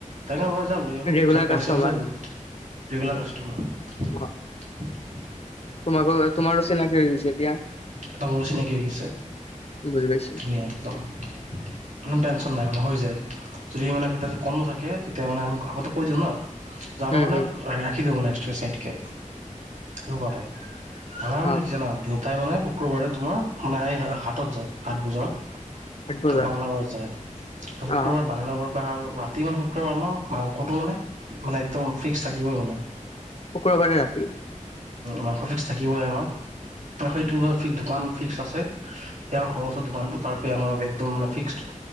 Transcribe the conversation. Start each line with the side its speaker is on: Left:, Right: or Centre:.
Right: তাকে মই যাও লৈ আহো
Left: ৰেগুলাৰ
Right: পিছত পইচা
Left: কাষ্টমাৰ
Right: চইচা দিও ৰেগুলাৰ কাষ্টমাৰ
Left: অ
Right: <inaudible>
Left: তোমাকো তোমাৰো চিনাকি হৈ গৈছে এতিয়া
Right: একদম মোৰ চিনাকি হৈ গৈছে
Left: বুজি পাইছো
Right: ধুনীয়া একদম কোনো টেনচন নাই মানে হৈ যায় যদি মানে কেতিয়াবা যদি কমো থাকে তেতিয়া মানে আমি আগতে কৈ দিওঁ না আমাৰ
Left: উম
Right: কাৰণে
Left: হম
Right: ৰাখি দিব ন্ চাইদ কে এনেকুৱাটাইপ আমাৰ মানে
Left: অ
Right: কি জানা দেউতাই মানে শুক্ৰবাৰে তোমাৰ মানে হা হাটত যায় হাট বজাৰত
Left: আঠ বজাৰ
Right: তো বাংল বাৰত যায়। ত শুক্ৰবাৰ
Left: অ
Right: বাংলা ঘৰ পৰা ৰাতি মানে শুক্ৰবাৰ আমাৰাংসটো মানে মানে একদম ফিক্স থাকিবই মানে
Left: শুক্ৰবাৰে ৰাতি
Right: মাংস ফিক্স থাকিবই আমাৰ সেইটো দোকান ফিক্স আছে সাৰ ঘৰৰ ওচৰত দোকানটো তাৰ পৰা আমাৰে একদম মানে ফিক্সড